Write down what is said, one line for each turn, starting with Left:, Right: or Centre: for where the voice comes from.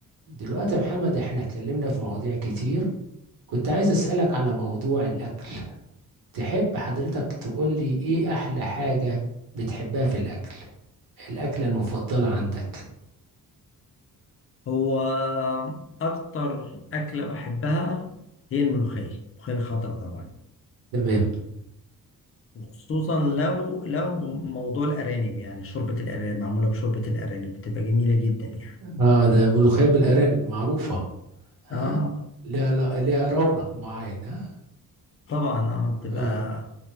Right: دلوقتي يا محمد احنا اتكلمنا في مواضيع كتير كنت عايز اسألك على موضوع الأكل تحب حضرتك تقول لي ايه أحلى حاجة بتحبها في الأكل الأكلة المفضلة عندك
Left: هو أكتر أكلة بحبها هي الملوخية الملوخية الخضراء طبعا
Right: تمام
Left: وخصوصا لو لو موضوع الأرانب يعني شوربة الأرانب معمولة بشوربة الأرانب بتبقى جميلة جدا يعني
Right: اه ده ملوخية بالأرانب معروفة ها
Left: آه
Right: ليها لا- ليها رونق معين ها
Left: طبعا آه بتبقى
Right: اه